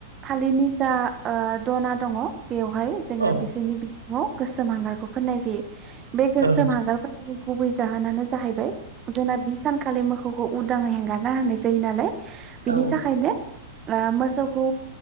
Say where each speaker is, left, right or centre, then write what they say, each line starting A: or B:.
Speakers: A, on the right; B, on the right.
A: थालिरनि जा दना दङ बेवहाय जोङो
B: औ
A: बिसोरनि- न'आव गोसोम हांगारखौ फोननाय जायो। बे गोसोम
B: औ नोंथां
A: हगार फोननायनि गुबै जाहोनानो जाहैबाय जोंना बि सानखालि मोसौखौ उदाङै हेंगारना होनाय जायो नालाय बिनि
B: औ
A: थाखायनो मोसौखौ